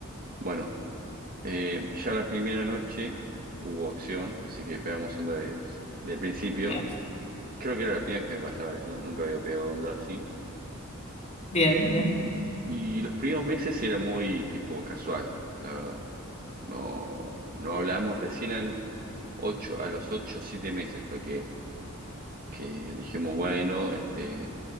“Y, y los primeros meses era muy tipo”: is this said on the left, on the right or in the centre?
Right